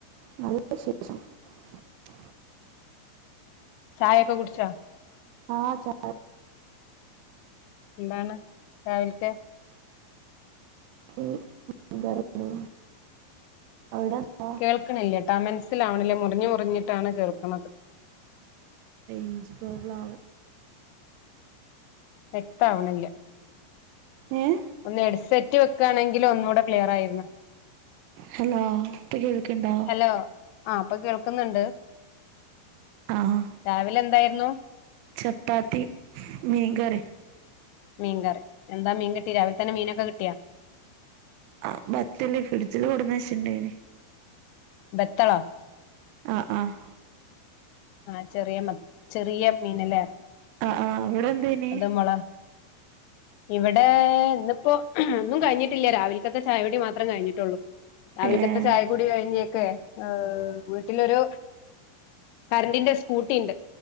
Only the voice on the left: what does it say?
ചായ ഒക്ക കുടിച്ച
എന്താണ് രാവിലക്ക്
കേൾക്കണില്ലേട്ടാ ആഹ് മനസ്സിലാവണില്ലേ മുറിഞ്ഞ് മുറിഞ്ഞിട്ടാണ് കേൾക്കണത്
വ്യക്ത ആവണില്ല
ഒന്ന് ഹെഡ്സെറ്റ് വെക്കുകയാണെങ്കില ഒന്നുകൂടെ ക്ലിയർ ആയിരുന്നു
ഹലോ ആഹ് ഇപ്പൊ കേൾക്കുന്നുണ്ട്
രാവിലെ എന്തായിരുന്നു
മീൻ കറി എന്താ മീൻ കിട്ടി രാവിലെ തന്നെ മീനൊക്കെ കിട്ടിയാ
ബത്തള
ആഹ് ചെറിയ മത്തി ചെറിയ മീനല്ലേ
അത് മുള <inaudible> ഇവിടെ ഇന്നിപ്പോ ഒന്നും കഴിഞ്ഞിട്ടില്ല രാവിലക്കത്തെ ചായ കുടി മാത്രം കഴിഞ്ഞിട്ടുള്ളൂ രാവിലക്കത്തെ
ചായ കുടി കഴിഞ്ഞേക്കെ ആഹ് വീട്ടിലൊരു കരണ്ടിന്റെ സ്കൂട്ടി ഉണ്ട്